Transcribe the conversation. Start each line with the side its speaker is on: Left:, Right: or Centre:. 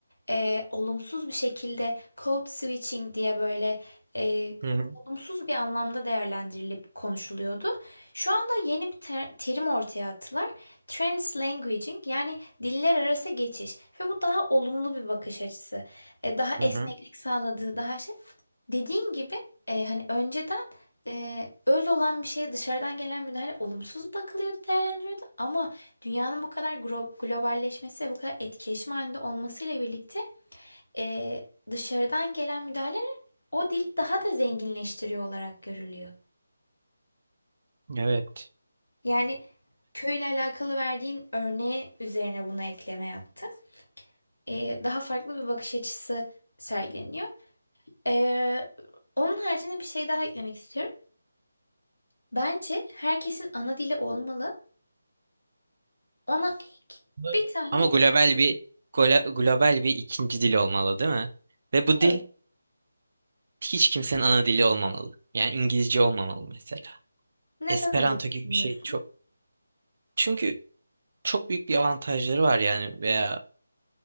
Left: e, olumsuz bir şekilde code switching diye böyle e,
Right: Hı hı.
Left: olumsuz bir anlamda değerlendirilip konuşuluyordu. Şu anda yeni bir ter- terim ortaya attılar. Translanguaging yani diller arası geçiş ve bu daha olumlu bir bakış açısı. E, daha
Right: Hı
Left: esneklik
Right: hı.
Left: sağladığı, daha şey. Dediğin gibi e, hani önceden e, öz olan bir şeye dışarıdan gelen müdahale olumsuz bakılıyordu, değerlendiriyordu. ama dünyanın bu kadar gro- globalleşmesi ve bu kadar etkileşim halinde olmasıyla birlikte e, dışarıdan gelen müdahaleler o dili daha da zenginleştiriyor olarak görülüyor.
Right: Evet.
Left: Yani köyle alakalı verdiğin örneği üzerine buna ekleme yaptım. E, daha farklı bir bakış açısı sergileniyor. E, onun haricinde bir şey daha eklemek istiyorum. Bence herkesin ana dili olmalı. Ona ek
Right: Bu-
Left: bir tane
Right: Ama global bir gola- global bir ikinci dil olmalı, değil mi? Ve bu dil
Left: evet.
Right: hiç kimsenin ana dili olmamalı. Yani İngilizce olmamalı mesela.
Left: Neden
Right: Esperanto
Left: öyle
Right: gibi
Left: düşünüyorsun?
Right: bir şey çok. Çünkü çok büyük bir avantajları var yani veya